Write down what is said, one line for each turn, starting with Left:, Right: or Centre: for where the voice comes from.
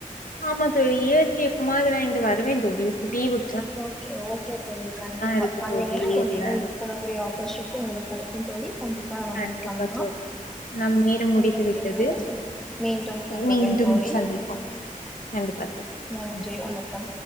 Left: ஆமா தோழி ஏச்சி எப்ப மாதர இங்க வருவே தோழி லீவு
Centre: ஓகே ஓகே தோழி கண்டிப்பா
Left: இருக்கு
Centre: வந்தீங்கன்னா
Left: தோழி ஊர்ல
Centre: என்னயு மீட் பண்ணக்கூடிய ஆப்பர்சூனிட்டி உங்களுக் கெடைக்கும் தோழி கண்டிப்பா நம்ம
Left: கண்டிப்பா
Centre: மீட் பண்லா
Left: தோழி நம்ம நேரம் முடிந்து
Centre: உங்களுக்கு
Left: விட்டது
Centre: என்னோட மீண்டும் கூப்பிடுறே
Left: மீண்டும்
Centre: தோழி
Left: சந்திப்போ கண்டிப்பா தோழி
Centre: நன்றி
Left: ம்
Centre: வணக்கம்